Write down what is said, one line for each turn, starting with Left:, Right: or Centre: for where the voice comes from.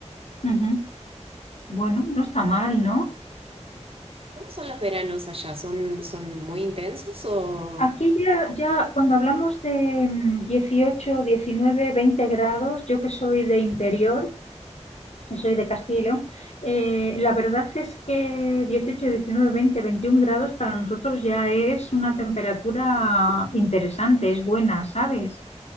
Left: Ujú. Bueno, no está mal, ¿no?
Right: Ujú. ¿Cómo son los veranos allá? ¿Son, son muy intensos o...?
Left: Aquí ya, ya cuando hablamos de mm, 18, 19, 20 grados, yo que soy de interior, que soy de Castilla y León, eh, la verdad es que 18, 19, 20, 21 grados para nosotros ya es una temperatura interesante, es buena, ¿sabes?